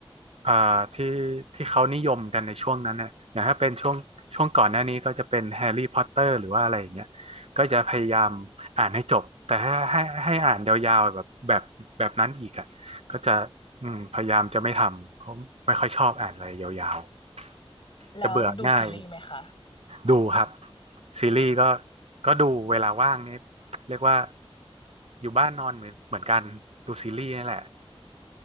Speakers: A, on the right (about 80°); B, on the left (about 55°).
A: อ่าที่ที่เขานิยมกันในช่วงนั้นเนี่ยอย่างถ้าเป็นช่วงช่วงก่อนหน้านี้ก็จะเป็นแฮร์รี่พอตเตอร์หรือว่าอะไรอย่างเงี้ยก็จะพยายามอ่านให้จบแต่ถ้าให้ให้อ่านยาวๆแบบแบบแบบนั้นอีกอ่ะก็จะอืมพยายามจะไม่ทำเพราะไม่ค่อยชอบอ่านอะไรยาวๆจะเบื่อง่าย
B: แล้วดูซีรีส์ไหมคะ
A: ดูครับซีรีส์ก็ก็ดูเวลาว่างนี่เรียกว่าอยู่บ้านนอนเหมือนเหมือนกันดูซีรีส์นี่แหละ